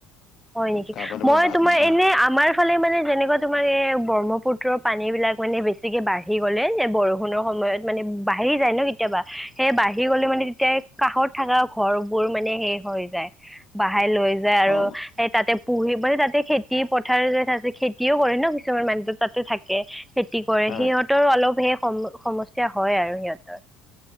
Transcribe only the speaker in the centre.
হয় নেকি
মই তোমাৰ
এনে আমাৰ। ফালে মানে যেনেকুৱা তোমাৰ এই ব্ৰহ্মপুত্ৰৰ পানীবিলাক মানে বেছিকৈ বাঢ়ি গ'লে যে বৰষুণৰ সময়ত। মানে বাঢ়ি যায় ন কেতিয়াবা সেই বাঢ়ি গ'লে মানে তেতিয়া কাশত থকা ঘৰ বোৰ মানে শেষ হৈ। যায় বাহাই লৈ যায় আৰু
সেই তাতে। পুহি মানে তাতে খেতি পথাৰযে খেতিও কৰে ন কিছুমান মানুহ তাত। ত থাকে খেতি কৰে
সিহঁতৰ অলপ হে সম সমস্যা হয় আৰু সিহঁতৰ।